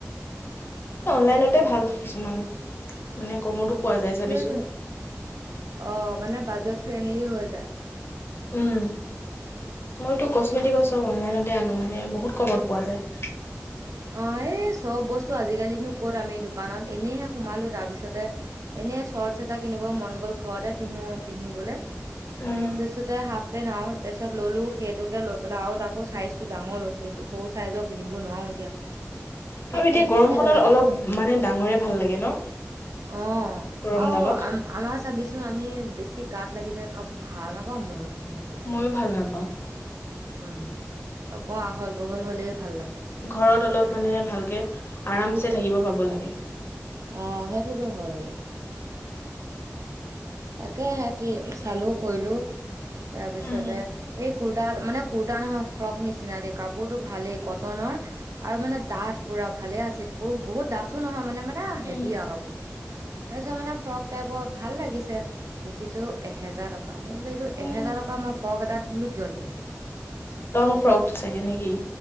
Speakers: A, on the left (about 45°); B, on the right (about 75°).
A: অনলাইনতে ভাল কিছুমান মানে কমতো- পোৱা যায় চাবিচোন
B: সেইটোৱে অঁ মানে বাজেট ফ্ৰেণ্ডলি হৈ যায়।
A: উম মইতো কচ্মেটিকৰ চব অনলাইনতে আনো মানে বহুত কমত পোৱা যায়।
B: অঁ এই চব বস্তু আজিকালিনো ক'ত আমি দোকানত এনেইহে সোমালো তাৰপিছতে- এনেই চৰ্টচ এটা কিনিব মন গ'ল ঘৰতে পিন্ধো পিন্ধিবলৈ।
A: উম
B: তাপিছতে হাফপেন্ত আ- তাৰপিছত ল'লোঁ সেইটোকে লৈ পেলাই আৰু তাকো চাইজটো ডাঙৰ লৈছোঁ, সৰু ছাইজৰ পিন্ধিব নোৱাৰোঁ এতিয়া। কে
A: আৰু এতিয়া
B: এক্সেল
A: গৰমখনত
B: লৈ আহিছো
A: অলপ মানে ডাঙৰে ভাল লাগে ন।
B: অ
A: গৰমডালত
B: আৰু আম। আমাৰ চাবিচোন আমি বেছি গাত লাগি থাকে কাপোৰ ভাল নাপাওঁ ময়ো পিন্ধিবলৈ।
A: ময়ো ভাল নাপাওঁ
B: উম অক আহল বহল হ'লেই ভাল লাগে।
A: ঘৰত অলপ মানে ভালকে আৰাম চে থাকিব পাব লাগে।
B: অ সেইটোতো হয় এ। তাকে সে কি চালো কৰিলো তাৰপিছতে
A: উম।
B: এই কোৰ। তাৰ মানে কুৰ্তা নহয় ফ্ৰক নিচিনা দেই কাপোৰতটো ভালেই কটনৰ। আৰু মানে ডাঠ পুৰা ভালে আছে বত বহুত ডাঠ। থো নহয় মানে মানে হেভি
A: উম,
B: আৰু কাপোৰতো তাৰপিছত মানে ফ্ৰক টাইপৰ ভাল লাগিছে। দেখিছো এহেজাৰ টকা মই বোলো এইটো
A: উম।
B: এহেজাৰ টকা মই ফ্ৰৰক এটাত বোলো কিয় দিওঁ।
A: লং ফ্ৰক চাগে নেকি।